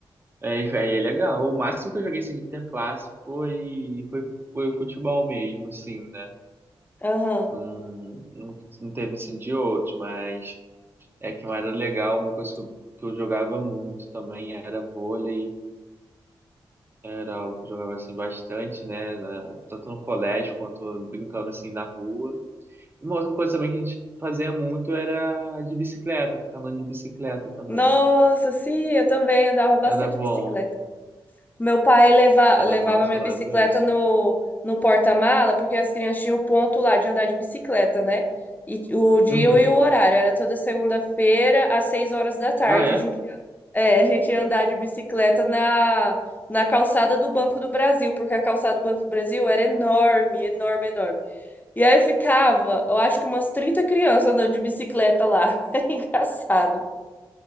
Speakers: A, on the right; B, on the left.
A: É, e, véi, é legal. O máximo que eu joguei, assim, de interclasse foi, foi, foi futebol mesmo, assim, né?
B: Aham.
A: Não, não, não teve, assim, de outros, mas... É que não era legal, uma coisa que eu, que eu jogava muito também era vôlei, era algo que eu jogava assim bastante, né? na- tanto no colégio quanto brincando assim na rua. E uma outra coisa também que a gente fazia muito era de bicicleta, ficar andando de bicicleta também.
B: Nossa, sim, eu também andava bastante
A: Era bom,
B: de bicicleta. Meu pai leva,
A: era,
B: levava
A: nossa,
B: minha
A: maravilhoso.
B: bicicleta no, no porta-mala, porque as crianças tinham ponto lá de andar de bicicleta, né? E o dia
A: Uhum.
B: e o horário. Era toda segunda-feira, às seis horas da tarde,
A: Ah, é?
B: a gente, ia- é, a gente ia andar de bicicleta na, na calçada do Banco do Brasil, porque a calçada do Banco do Brasil era enorme, enorme, enorme. E aí ficava, eu acho que umas 30 crianças andando de bicicleta lá. <laughs> Era engraçado.